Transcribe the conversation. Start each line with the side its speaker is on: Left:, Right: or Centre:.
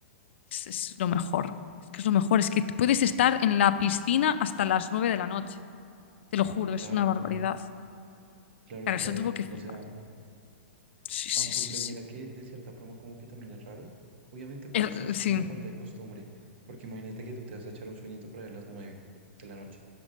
Left: Es, es lo mejor. Es que es lo mejor. Es que puedes estar en la piscina hasta las 9 de la noche. Te lo juro, es
Right: Claro,
Left: una barbaridad.
Right: claro,
Left: Claro,
Right: claro.
Left: eso tuvo que flipar.
Right: O sea,
Left: Sí, sí,
Right: Aunque
Left: sí,
Right: pues
Left: sí.
Right: mira que de cierta forma como que también es raro. Obviamente pues
Left: Er-
Right: es
Left: sí.
Right: como la falta de costumbre, porque imagínate que tú te vas a echar un sueñito por ahí a las nueve de la noche